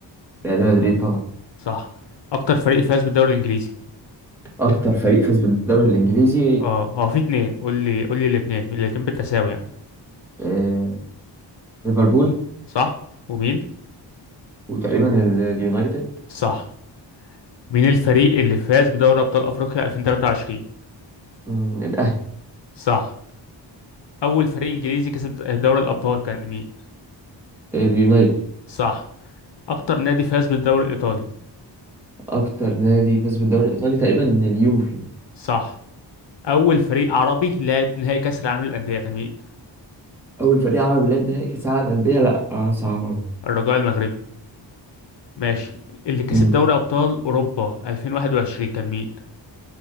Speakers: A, in the centre; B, on the left.
A: ريال مدريد طبعا
B: صح اكتر فريق فاز بالدوري الانجليزي
A: أكتر فريق فاز بالدوري الإنجليزي
B: اه هو في اتنين قول لي قول لي الاتنين الاتنين بالتساوي يعني
A: آه، ليفربول
B: صح ومين
A: وتقريبا ال- اليونايتد
B: صح مين الفريق اللي فاز بدوري ابطال افريقيا 2023
A: مم، الأهلي
B: صح اول فريق انجليزي كسب دوري الابطال كان مين
A: اليونايتد
B: صح اكتر نادي فاز بالدوري الايطالي
A: أكتر نادي فاز بالدوري الإيطالي تقريبا اليوفي
B: صح اول فريق عربي لعب نهائي كاس العالم للانديه كان مين
A: أول فريق عربي لعب نهائي كأس العالم أندية لا آه، صعب أوي.
B: الرجاء المغربي ماشي اللي كسب
A: مم.
B: دوري ابطال اوروبا 2021 كان مين